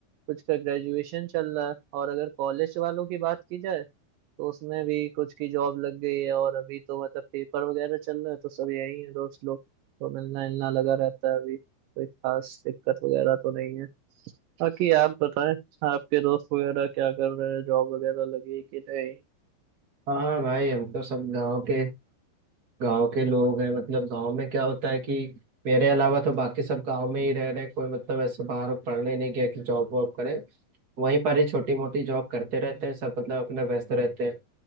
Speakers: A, on the right; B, on the right.
A: कुछ का ग्रेजुएशन चल रहा है और अगर कॉलेज वालों की बात की जाए तो उसमें भी कुछ की जॉब लग गई है और अभी तो मतलब पेपर वगैरह चल रहे हैं तो सब यही है दोस्त लोग तो मिलना मिलना लगा रहता है अभी कोई खास दिक्कत वगैरह तो नहीं है बाकी आप बताएं आपके दोस्त वगैरह क्या कर रहे हैं जॉब वगैरह लगी है कि नहीं
B: हाँ हाँ भाई हम तो सब गाँव के गांव के लोग हैं मतलब गांव में क्या होता है कि मेरे अलावा तो बाकी सब गांव में ही रह रहे हैं कोई मतलब ऐसे बाहर पढ़ने नहीं गया कि जॉब वॉब करे वहीं पर ही छोटी मोटी जॉब करते रहते हैं सब मतलब अपना व्यस्त रहते हैं